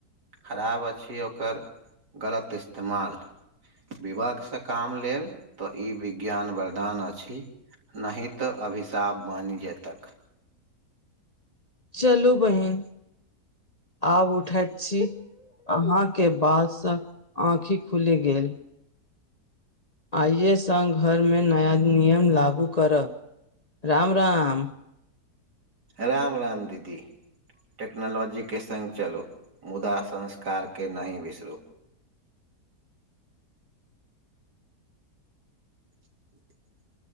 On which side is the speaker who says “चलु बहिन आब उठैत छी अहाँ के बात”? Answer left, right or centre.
Left